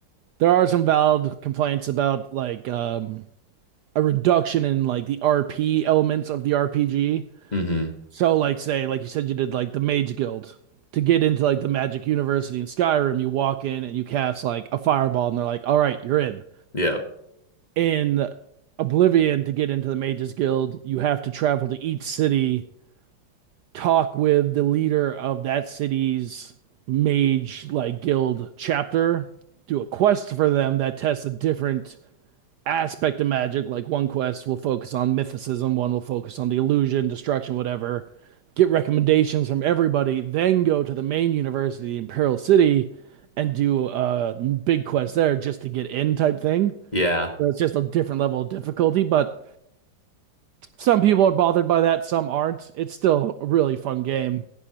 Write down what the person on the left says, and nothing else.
Mm-hmm.
Yeah.
Yeah.